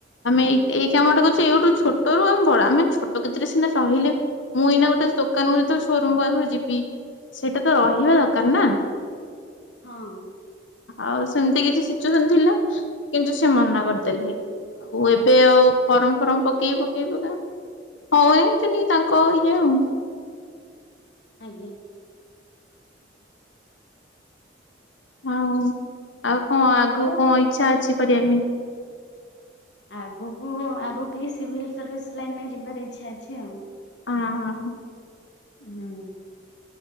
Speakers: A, on the left (about 80°); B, on the left (about 65°).
A: ଆମେ ଏଇ ଏଇ କାମଟା କରୁଛେ ଏଇଠୁ ଛୋଟରୁ ଆମେ ବଡ ଆମେ ଛୋଟ ଖେତିରେ ସିନା ସହିଲେ। ମୁଁ ଏଇନା ଗୋଟେ ଦୋକାନକୁ ଯେତେବେଳେ ସୋରୁମ ପାଖକୁ ଯିବି ସେଇଟା ତ ରହିବା ଦରକାର ନା।
B: ହଁ।
A: ଆଉ ସେମିତି କିଛି ସିଚୁଏସନ ଥିଲା କିନ୍ତୁ ସେ ମନା କରିଦେଲେ। ଆଉ ଏବେ ଆଉ ଫରମ ଫରମ ପକେଇ ପକେଇ ପକା ହୁ ଏନତିନି ତାଙ୍କ ଇଏ ଆଉ।
B: ଆଜ୍ଞା।
A: ହଁ ଆଉ କଣ ଆଗକୁ
B: ଆଉ
A: କଣ ଇଚ୍ଛା ଅଛି କରିବା ପାଇଁ?
B: ଆଗକୁ ଆଗକୁ ସିଭିଲ୍ ସର୍ଭିସ୍ ଲାଇନ ରେ ଯିବାର ଇଛା ଅଛି ଆଉ।
A: ହଁ ହଁ।
B: ହୁଁ।